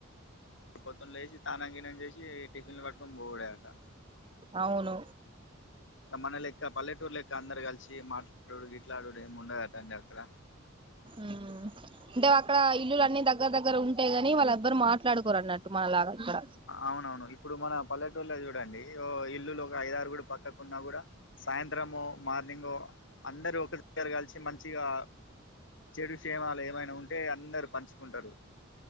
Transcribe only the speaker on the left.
పొద్దున్న లేేసి తాన గీనం చేసి టిఫిన్లు పట్కొని పోవుడే అంట
మన లెక్క పల్లెటూరు లెక్క అందరు కలిసి మాట్లాడుడు గీ ట్లాడుడ ఏ ముండదట అండి అక్కడ
అవునవును ఇప్పుడు మన పల్లెటూరులో చూడండి ఓ ఇల్లులు ఒక ఐదారు కూడా పక్ పక్కకున్నా కూడా సాయంత్రమో, మార్నింగో అందరూ ఒకర్ దగ్గర కలిసి మంచిగా చెడు క్షేమాలు ఏమైనా ఉంటే అందరు పంచుకుంటరు